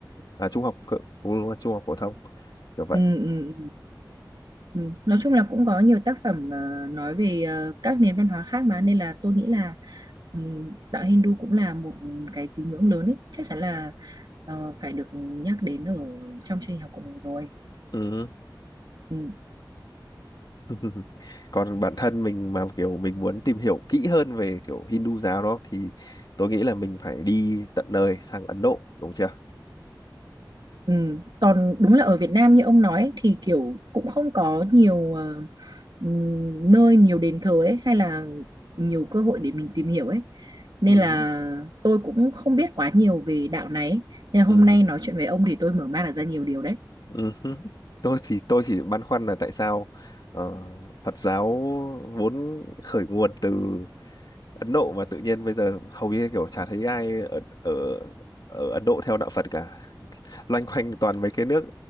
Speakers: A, on the left (about 60°); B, on the right (about 70°).
A: à, trung học cơ- ừ, đúng rồi, trung học phổ thông kiểu vậy
B: ừ, ừ, ừ. ừ. Nói chung là cũng có nhiều tác phẩm ờ, nói về ờ, các nền văn hóa khác mà nên là tôi nghĩ là ừm, đạo Hindu cũng là một cái tín ngưỡng lớn ấy chắc chắn là ờ, phải được nhắc đến ở trong chương trình học của mình rồi
A: ừ.
B: Ừ.
A: <laughs> còn bản thân mình mà kiểu mình muốn tìm hiểu kỹ hơn về kiểu Hindu giáo đó thì tôi nghĩ là mình phải đi tận nơi sang Ấn Độ đúng chưa
B: Ừ. Còn đúng là ở Việt Nam như ông nói ấy, thì kiểu cũng không có nhiều ờ, ừm, nơi nhiều đền thờ ấy hay là nhiều cơ hội để mình tìm hiểu ấy nên
A: ừ.
B: là tôi cũng không biết quá nhiều về đạo này ấy. Nên là
A: Ừ.
B: hôm nay nói chuyện với ông thì tôi mở mang được ra nhiều điều đấy
A: Ừ hứ. Tôi thì tôi chỉ băn khoăn là tại sao ờ, Phật giáo vốn khởi nguồn từ Ấn Độ mà tự nhiên bây giờ hầu như kiểu chả thấy ai ở ở ở Ấn Độ theo đạo Phật cả. Loanh quanh toàn mấy cái nước